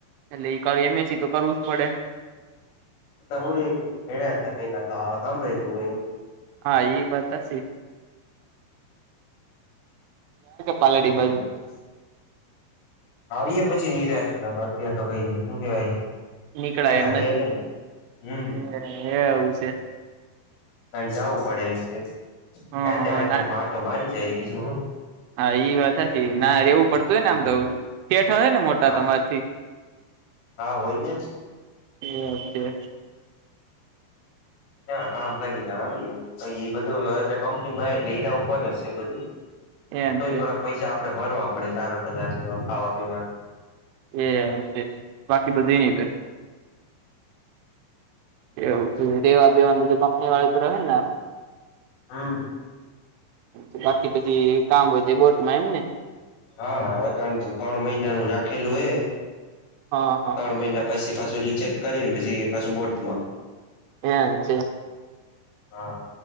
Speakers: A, on the right (about 85°); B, on the left (about 80°).
A: એટલે એ એમએસી તો કરવું જ પડે.
B: હું ભે હતા પેલા તો હ હા ભાઈ દું હોય એમ.
A: હા એ વાત હાચી. પાલડી
B: બોલો બોલો
A: બાજુ
B: પસ <unintelligible> આવીએ પછી નિરા અત્યારેાર તો કઈ શું કેવાય
A: નીકળાય
B: કે
A: એમ
B: હ
A: નથી
B: નહી. હમ્મ.
A: એ એવું છે.
B: અહી જવું પડે એમ છે
A: હ
B: હતે
A: હ
B: વા
A: ના
B: માટ મારી જાય બીજું હું.
A: હા એ વાત હાચી ના રેવું પડતું હોય ને આમ તો શેઠ હશે ને મોટા
B: હા
A: તમારા થી.
B: હા હોય ને.
A: એમ છે
B: ના કામ કરીને આવી તો બધું એટલે કંપની માં એટલે એના ઉપર જ છે બધું.
A: એમ
B: તોય
A: છે
B: થોડાક પૈસા આપડે ભરવા પડે ચાર હજાર જેવા ખાવા પીવા ના.
A: એમ છે બાકી બધું એની એવું છે રેવા બેેવાન બીજું કંપની વાળ તો રહે ને.
B: હમ્મ.
A: એ બાકી પછી કામ હોય તો એ બોટમાં એમ ને.
B: હા હવે તણ ત્રણ મહિનાનું રાખેલું એ
A: હા હા
B: ત્રણ મહિના પછી પાછું રિજેક્ટ કરીને પછી પાછું બોટમાં.
A: એમ છે.
B: હા.